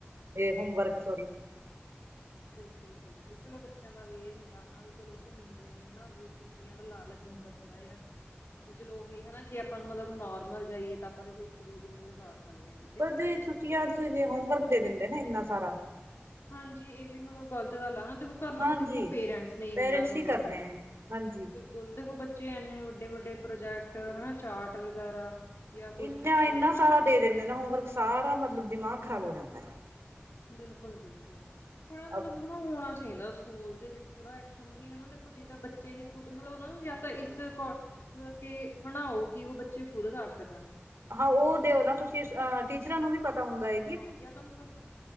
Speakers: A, on the right; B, on the left.
A: ਤੇ ਹੋਮ ਵਰਕ ਸੋਰੀ।
B: ਬਿਲਕੁਲ ਬਿਲਕੁਲ ਚਲੋ ਬੱਚਿਆਂ। ਵੀ ਇਹ ਹੁੰਦਾ ਹਨਾ ਵੀ ਚਲੋ ਘੁੰਮਦੇ ਨੇ ਹਨ ਨਾ ਵੀ ਛੁੱਟੀਆਂ ਦਾ ਲਾਲਚ ਹੁੰਦਾ ਥੋੜਾ ਜਿਹਾ। ਚਲੋ ਉਹੀ ਹਨਾ ਜੇ ਆਪਾਂ ਮਤਲਬ ਨੋਰਮਲ ਜਾਈਏ ਤਾਂ ਆਪਾਂ ਇੱਕ ਦੋ ਦਿਨ ਹੀ ਲਗਾ। ਸਕਦੇ ਹਾਂ ਕਿਤੇ
A: ਪਰ ਜ ਛੁੱਟੀਆਂ ਚੇ ਹੋਮਵਰਕ ਦੇ ਦਿੰਦੇ ਨਾ ਇੰਨਾ ਸਾਰਾ।
B: ਹਾਂਜੀ ਇਹ ਵੀ ਮਤਲਬ ਗ਼ਲਤ ਗੱਲ ਆ ਨਾ। ਖ ਕਰਨਾ
A: ਹਾਂਜੀ
B: ਦਾ ਦੇਖੋ ਪੇਰੈਂਟਸ ਨਹੀਂ
A: ਪੇਰੈਂਟਸ
B: ਹੁੰਦਾ ਹੋਮਵਰਕ।
A: ਹੀ ਕਰਦੇ ਹੈ ਹਾਂਜੀ
B: ਸਕੂਲ ਦੇਖੋ ਬੱਚੇ ਇੰਨੇ ਵੱਡੇ ਵੱਡੇ ਪ੍ਰੋਜੈਕਟ ਹਨਾ ਚਾਰਟ ਵਗੈਰਾ। ਜਾਂ ਕੁਛ
A: ਇੰਨਾ
B: ਪਿਕਚਰਸ
A: ਇੰਨਾ
B: ਬਣਾਉਣੀਆਂ
A: ਸਾਰਾ ਦੇ
B: ਦੇਣੀਆਂ
A: ਦਿੰਦੇ ਨਾ ਹੋਮਵਰਕ ਸਾਰਾ ਮਤਲਬ ਦਿਮਾਗ ਖ਼ਰਾਬ ਹੋ ਜਾਂਦਾ।
B: ਬਿਲਕੁਲ ਬਿਲਕੁਲ ਥੋੜਾ
A: ਹੈ
B: ਮਤਲਬ ਹੋਣਾ ਚਾਹੀਦਾ ਸਕੂਲ ਦੇ ਵਿੱਚ ਥੋੜਾ ਐਕਸ਼ਨ। ਵੀ ਹਨਾ ਦੇਖੋ ਜਿੱਦਾਂ ਬੱਚੇ ਹੀ ਖੁਦ ਮਤਲਬ ਉਹਨਾਂ ਨੂੰ ਜਾਂ ਤਾਂ ਇਸ। ਮਤਲਬ ਕੇ ਬਣਾਓ ਕਿ ਉਹ ਬੱਚੇ ਖੁਦ ਕਰ ਸਕਣ।
A: ਹਾਂ, ਉਹ ਦਿਓ ਨਾ ਤੁਸੀਂ ਅਹ
B: ਹਨਾ।
A: ਟੀਚਰਾਂ ਨੂੰ ਵੀ ਪਤਾ ਹੁੰਦਾ ਏ।
B: ਹਾਂ, ਯਾ ਤਾਂ ਮਤਲਬ